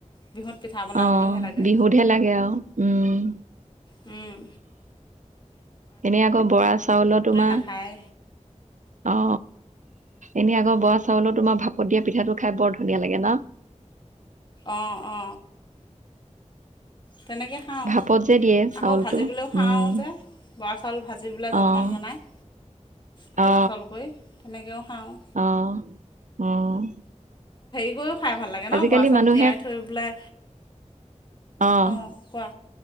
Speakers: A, on the left; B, on the right.
A: বিহুত পিঠা বনাবলৈহে
B: অ',
A: লাগে
B: বিহুতহে লাগে আৰু উম,
A: উম,
B: এনে আকৌ বৰা চাউলৰ তোমাৰ,
A: নাখায়
B: অ, এনেই আগৰ বৰা চাউলৰ তোমাৰ ভাপত দিয়া পিঠাটো খাই বৰ ধুনীয়া লাগে ন
A: অ', অ, তেনেকে খাওঁ,
B: ভাপত যে দিয়ে চাউলটো
A: আকৌ ভাজি পেলে খাওঁ
B: উম
A: যে, বৰা চাউল ভাজি পেলাই জলপান
B: অ
A: বনাই।
B: <inaudible>
A: ভাজা
B: অ
A: চাউল কৰি, তেনেকৈও খাওঁ।
B: অ অ',
A: <unintelligible> খাই ভাল লাগে
B: আজিকালি
A: ন' বৰা চাউল
B: মানুহে
A: তিয়াই থৈ পেলাই।
B: অ',
A: অঁ কোৱা